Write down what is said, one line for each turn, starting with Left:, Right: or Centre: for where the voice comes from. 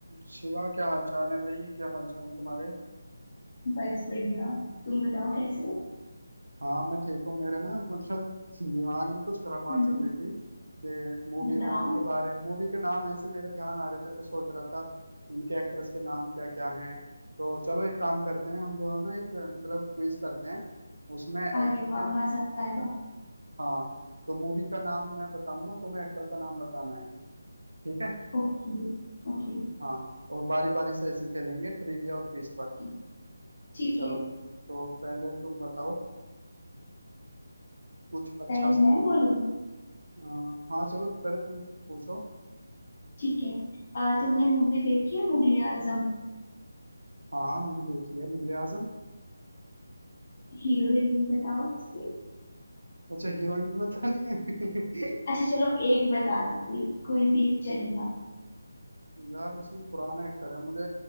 Right: शिवा क्या हाल चाल है भाई क्या हाल चाल है तुम्हारे
Left: बस बढ़िया तुम बताओ कैसे हो?
Right: हाँ मैं ठीक हूँ मेरे ना मतलब दिमाग में कुछ खराफात
Left: हम्म
Right: चल रही थी कि मूवी
Left: बताओ
Right: मूवी के बारे मूवी के नाम ऐसे मेरे ध्यान आ रहे थे तो सोच रहा था इनके एक्टर्स के नाम क्या क्या हैं तो चलो एक काम करते हैं हम दोनों ना एक मतलब क्विज करते हैं उसमें एक्टर
Left: अरे वाह
Right: के
Left: मजा आएगा
Right: हाँ तो मूवी का नाम मैं बताऊंगा तुम्हें एक्टर का नाम बताना है ठीक है
Left: ओके ओके
Right: हाँ और बारी बारी से ऐसे ही खेलेंगे ट्रिविया और क्विज पर
Left: ठीक ठीक
Right: चलो
Left: है
Right: तो पहले तुम बताओ कुछ अच्छा
Left: पहले
Right: सा
Left: मैं
Right: पूछ
Left: बोलूं
Right: आ, हाँ चलो पहले तुम पूछो
Left: ठीक है आ, तुमने मूवी देखी है मुगले आजम
Right: हाँ मैंने देखी है मुगले आजम
Left: हीरो हीरोइन बताओ उसके
Right: अच्छा हीरोइन भी पता नहीं है
Left: अच्छा चलो एक बता दो कोई कोई भी एक चलेगा
Right: <laughs> यार उसमें पुराना एक्टर है मुझे